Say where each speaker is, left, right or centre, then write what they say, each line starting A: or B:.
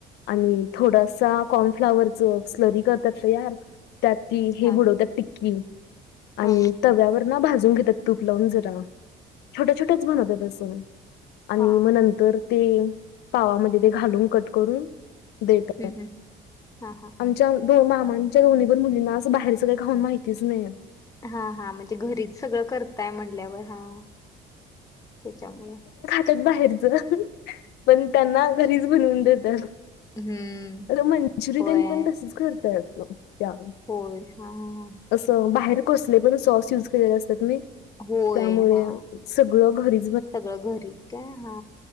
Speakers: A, on the left; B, on the left.
A: आणि थोडासा कॉर्नफ्लावरच स्लरी करतात तयार त्यात ती हे
B: हा
A: बुडवतात टिक्की आणि
B: हा हा
A: तव्यावर ना भाजून घेतात तूप लावून जरा छोट्या छोट्याच बनवत तसं
B: हा
A: आणि मग नंतर ते पावामध्ये ते घालून कट करून देत
B: हम्म हम्म हा हा
A: आमच्या मामांच्या घवनीभर मुलींना असं बाहेरचं काही खाऊन माहितीच नाहीये
B: हा हा म्हणजे घरीच सगळं करताय म्हणल्यावर हा, त्याच्यामुळं
A: त्यात बाहेरच <inaudible> पण त्यांना घरीच बनवून देतात.
B: हम्म
A: आता मंजुरी
B: होय
A: ते न पण तसच करत्यात, त्या
B: होय, ह ह ह
A: असं बाहेर कसले पण सॉस युज केलेले असतात नाही.
B: होय
A: त्यामुळे
B: हा
A: सगळं घरी
B: सगळं घरीच काय हा